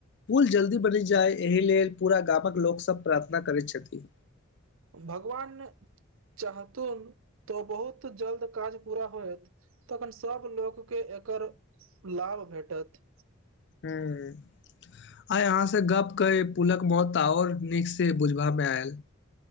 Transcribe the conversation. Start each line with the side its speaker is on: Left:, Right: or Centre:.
Left: पुल जल्दी बनि जाय एहि लेल पूरा गामक लोकसभ प्रार्थना करैत छथि
Right: भगवान चाहथुन तो बहुत जल्द काज पूरा होयत। तखन सभ लोकके एकर लाभ भेटत।
Left: हूँ आय अहाँ से गप कऽ पुलक मौत तऽ और नीक से बुझबा मे आयल